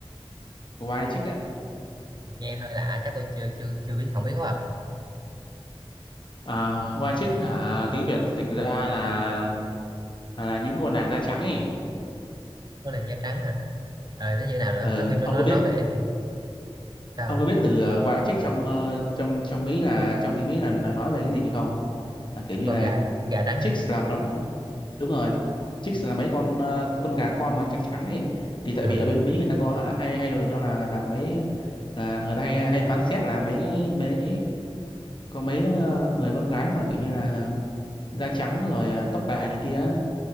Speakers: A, on the left; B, on the right.
A: White Chick á
B: nghe hơi lạ chắc tôi chưa chưa chưa biết không biết quá à
A: à, White Chick hả tiếng Việt dịch ra là là những cô nàng da trắng ấy
B: con nàng da trắng hả Ờ, nó như thế nào nữa
A: ừ,
B: nó phim nó
A: ông
B: nói
A: có biết
B: nói về cái gì sao
A: ông có biết từ ờ, White Chick trong ờ, trong trong Mỹ là trong tiếng Mỹ là, là nói về cái gì không là kiểu như
B: con
A: là
B: gà con gà trắng
A: chicks
B: hả
A: là đúng rồi chicks là mấy con ờ, con gà con mà trắng trắng ấy thì tại
B: à,
A: vì ở bên Mỹ người ta có ha- hay hay đồn nhau là là mấy là người ta hay hay phán xét là mấy mấy có mấy ờ, người con gái mà kiểu như là da trắng rồi ờ, tóc vàng này kia á,